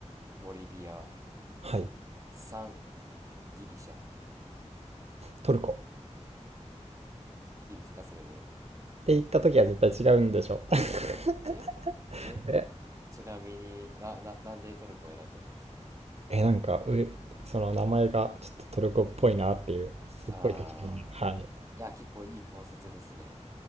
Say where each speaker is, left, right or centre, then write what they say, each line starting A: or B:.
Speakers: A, on the right; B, on the right.
A: ボリビア
B: はい。
A: 3ギリシャ
B: トルコ。
A: いいですかそれで
B: って言った時は絶対違うんでしょ。<laughs>
A: ええ
B: え
A: ちなみにな、な、なんでトルコを選んだんですか
B: え、なんか、う、その名前がちょっとトルコっぽいなっていう、すっごい適当な。
A: あ
B: はい。
A: ーいや結構いい考察ですね